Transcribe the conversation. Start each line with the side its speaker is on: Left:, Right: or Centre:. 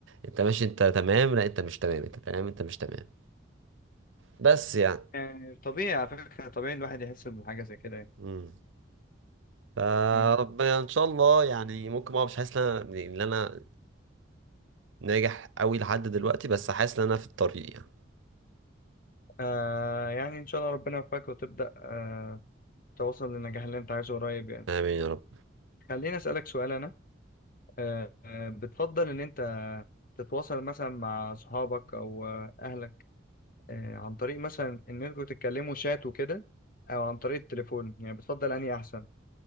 Right: انت ماشي انت تمام لا انت مش تمام انت تمام انت مش تمام بس يعني
Left: يعني طبيعي على فكره طبيعي الواحد يحس بحاجه زي كده يعني
Right: امم فربنا
Left: مم.
Right: ان شاء الله يعني ممكن ما مش حاسس ان انا ان انا ناجح قوي لحد دلوقتي بس حاسس ان انا في الطريق يعني
Left: آه يعني ان شاء الله ربنا يوفقك وتبدا آه توصل للنجاح اللي انت عايزه قريب يعني
Right: امين يا رب
Left: خليني اسالك سؤال انا آه آه، بتفضل ان انت تتواصل مثلا مع صحابك او آه، اهلك آه، عن طريق مثلا ان انتوا تتكلموا شات وكده او عن طريق التليفون يعني بتفضل انهي احسن